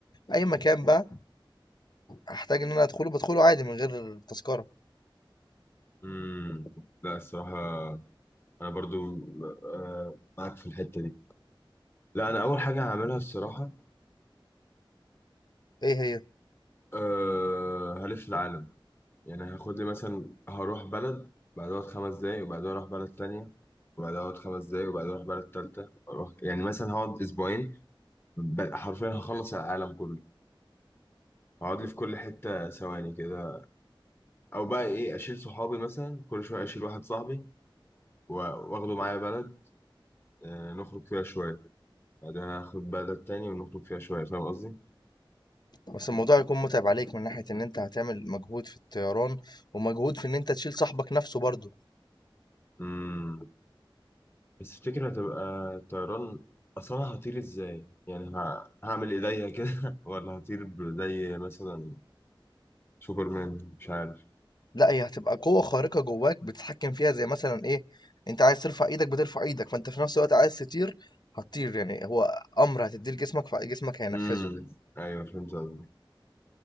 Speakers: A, on the left; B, on the left.
A: اي مكان بقى هحتاج ان انا ادخله بدخله عادي من غير تذكرة
B: امم لا الصراحة أنا برضو آه، معاك في الحتة دي لا أنا أول حاجة هعملها الصراحة
A: ايه هي
B: أه... هلف العالم يعني هاخد لي مثلا هروح بلد بعدها خمس دقايق وبعدها أروح بلد تانية وبعدها أقعد خمس دقايق وبعدها أروح بلد تالتة أروح يعني مثلا هقعد أسبوعين ب- حرفيا هخلص العالم كله هقعد لي في كل حتة ثواني كده او بقى ايه اشيل صحابي مثلا كل شويه اشيل واحد صاحبي و- واخده معايا بلد آه، نخرج فيها شويه بعدين اخد بلد تاني ونخرج فيها شويه فاهم قصدي
A: بس الموضوع هيكون متعب عليك من ناحية ان انت هتعمل مجهود في الطيران ومجهود في ان انت تشيل صاحبك نفسه برضه
B: امم بس تفتكر هتبقى الطيران اصلا انا هطير ازاي يعني ه... هعمل ايديا كده <laughs> ولا هطير ب- زي مثلا سوبرمان مش عارف
A: لا هي هتبقى قوة خارقة جواك بتتحكم فيها زي مثلا ايه انت عايز ترفع ايدك بترفع ايدك فانت في نفس الوقت عايز تطير هتطير يعني هو امر هتديه لجسمك فجسمك هينفذه
B: امم ايوه فهمت قصدك